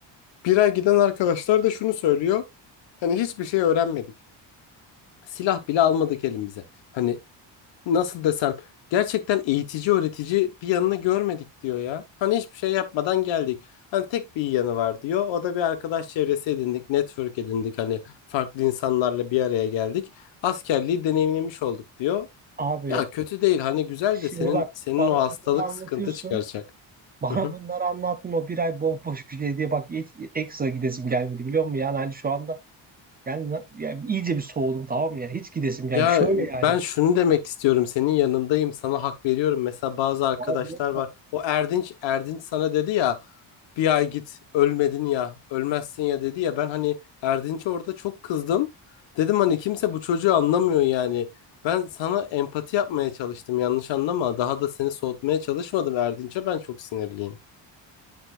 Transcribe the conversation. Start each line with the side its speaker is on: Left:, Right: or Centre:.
Left: Bir ay giden arkadaşlar da şunu söylüyor. Hani hiçbir şey öğrenmedik. Silah bile almadık elimize. Hani nasıl desem gerçekten eğitici öğretici bir yanını görmedik diyor ya. Hani hiçbir şey yapmadan geldik. Hani tek bir iyi yanı var diyor. O da bir arkadaş çevresi edindik, network edindik. Hani farklı insanlarla bir araya geldik. Askerliği deneyimlemiş olduk diyor.
Right: Abi
Left: Ya kötü değil. Hani güzel
Right: şimdi
Left: de senin
Right: bak
Left: senin
Right: bana
Left: o hastalık
Right: bunları anlatıyorsun.
Left: sıkıntı çıkaracak.
Right: <laughs> Bana
Left: <laughs>
Right: bunları anlattın o bir ay bomboş bir şey diye bak hiç ekstra gidesim gelmedi biliyor musun? Yani hani şu anda yani, na- yani iyice bir soğudum tamam mı? Yani hiç gidesim yani
Left: Ya
Right: şöyle yani.
Left: ben şunu demek istiyorum senin yanındayım sana hak veriyorum. Mesela bazı arkadaşlar
Right: Bana bunu
Left: var. O Erdinç Erdinç sana dedi ya bir ay git ölmedin ya ölmezsin ya dedi ya ben hani Erdinç'e orada çok kızdım. Dedim hani kimse bu çocuğu anlamıyor yani. Ben sana empati yapmaya çalıştım yanlış anlama. Daha da seni soğutmaya çalışmadım Erdinç'e ben çok sinirliyim.